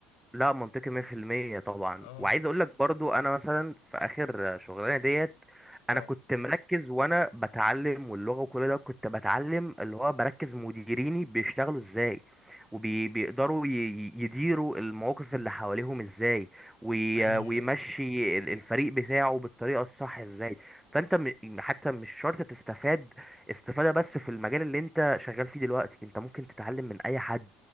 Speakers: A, in the centre; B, on the left.
A: لا منطقي 100% طبعا
B: <laughs> اه
A: وعايز اقول لك برضو انا مثلا في اخر شغلانه ديت
B: اه
A: انا كنت مركز وانا بتعلم واللغه وكل ده كنت بتعلم اللي هو بركز مديريني بيشتغلوا ازاي وبيقدروا يديروا المواقف اللي حواليهم ازاي وي-
B: حقيقي
A: ويمشي
B: اه
A: ال- الفريق بتاعه بالطريقه الصح ازاي فانت م- حتى مش شرط تستفاد استفاده بس في المجال اللي انت شغال فيه دلوقتي انت ممكن تتعلم من اي حد